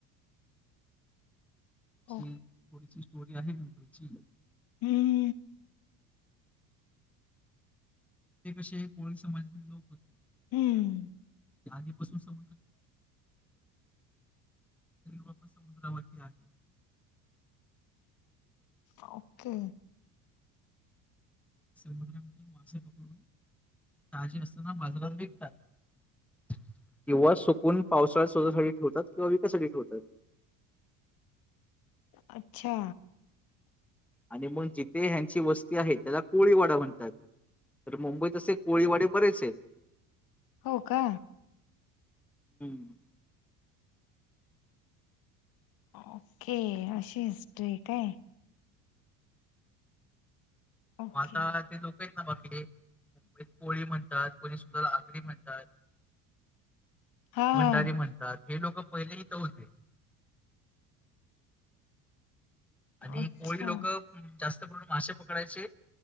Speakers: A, in the centre; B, on the left (about 60°).
A: अशी
B: ओ
A: थोडीशी स्टोरी आहे मुंबईची
B: हम्म
A: ते कसे कोळी समाजातील लोक होते
B: हम्म हम्म हम्म
A: ते आधीपासून संम लक समुद्रावरती आहे
B: ओके
A: समुद्र मासे पकडून ताजी असतात ना बाजारात विकतात किंवा सुकून पावसाळ्यात स्वतःसाठी ठेवतात किंवा विकासाठी ठेवतात
B: अच्छा
A: आणि मग जिथे ह्यांची वस्ती आहे त्याला कोळीवाडा म्हणतात तर मुंबईत असे कोळीवाडे बरेच आहे
B: हो का
A: हम्म.
B: ओके अशी हिस्ट्री काय ओके
A: माता ते लोकच ना बाकी पोळी म्हणतात पळी सुद्धाला आगरी म्हणतात
B: हा हा
A: भंडारी म्हणतात हे लोक पहिलेहीथं होते आणि
B: अच्छा
A: कोळी लोक जास्त प्रमा मासेे पकडायचे